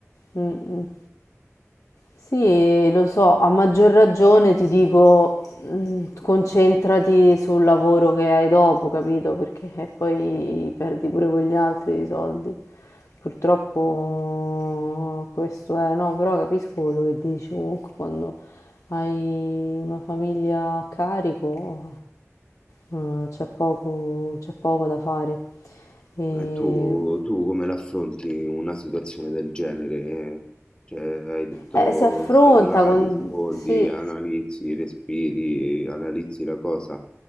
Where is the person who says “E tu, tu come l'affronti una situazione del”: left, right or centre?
Left